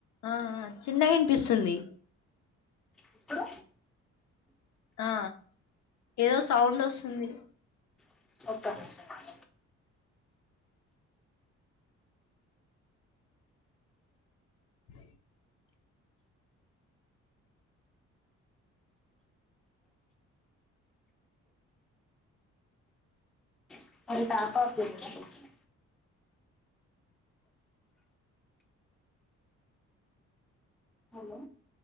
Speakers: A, on the left (about 65°); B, in the centre.
A: ఆ చిన్నగా వినిపిస్తుంది
B: ఇప్పుడు
A: ఆ ఏదో సౌండ్ వస్తుంది
B: <inaudible>
A: అ
B: <unintelligible> హలో